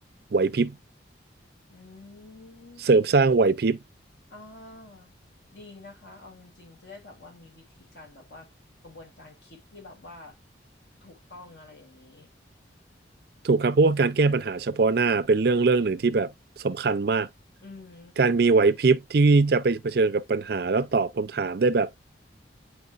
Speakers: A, on the right (about 55°); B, on the left (about 60°).
A: ไหวพริบ
B: อืม
A: เสริมสร้างไหวพริบ
B: อ่าดีนะคะเอาจริงๆจะได้แบบว่ามีวิธีการแบบว่ากระบวนการคิดที่แบบว่าถูกต้องอะไรอย่างนี้
A: ถูกครับเพราะว่าการแก้ปัญหาเฉพาะหน้าเป็นเรื่องเรื่องหนึ่งที่แบบสำคัญมาก
B: อืม
A: การมีไหวพริบที่จะไปเผชิญกับปัญหาแล้วตอบคำถามได้แบบ